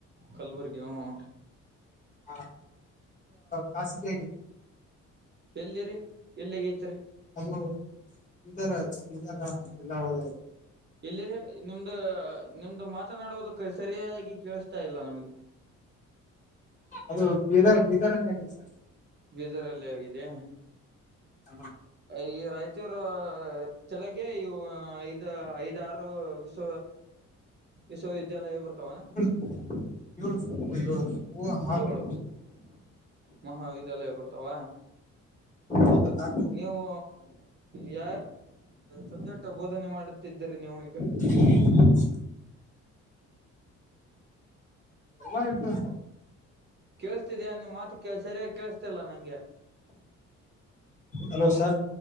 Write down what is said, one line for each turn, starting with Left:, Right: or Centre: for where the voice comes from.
Right: ಕಲ್ಬುಗಿ ಹ್ಞಂಟು
Left: ಹ ಕಾಸಿಿಗೆ
Right: ಎಲ್ದಿರಿ ಎಲ್ಲಿಗೆ ಐತ್ರಿ
Left: ಅದು ಈರ ಈರ ಜಲ್ಲಾ ಒದಯ್ತು
Right: ಎಲ್ಲಿರೆ ನಿಮ್ದು ನಿಮ್ದು ಮಾತನಾಡೋದಕ್ಕೆ ಸರಿಯಾಗಿ ಕೇಳಿಸತಾ ಇಲ್ಲ ನಮ್ಗೆ
Left: ಅದು ಬೀದರ್ ಬೀದರ್ನೇ ಆಗಿದೆ ಸರ್
Right: ಬೀಜರ್ಲ್ಲಿೇ ಆಗಿದೆ
Left: ಹ
Right: ಈ ರತ ೂರು ಚಳಗೆ ಇವು ಐದ್ ಐದಾರು ವಿ್ ವಿಶ್ವವಿದ್ಯಾಲಯ ಬರ್ತಾವನಾ
Left: ಳ ಏಳು ಇವು ಆರು
Right: ಏಳು ಮಹಾವಿದ್ಯಾಲಯ ಬರ್ತಾವ
Left: ಹ್ಹಾ
Right: ನೀವು ಯ ಸಬ್ಜೆಕ್ಟ್ ಬೋಧನೆ ಮಾಡುತ್ತಿದ್ದೀರಿ ನೀವು ಈಗ
Left: ಹ್ ಹತ್ತು
Right: ಕೇಳಿಸ್ತಿದಯಾ ನಿನ್್ ಮಾತಕ್ಕೆ ಸರಿಯಾಗಿ ಕೇಿಸ್ತಲ್ಲಾ ನಂಗೆ
Left: ಹಲೋ ಸರ್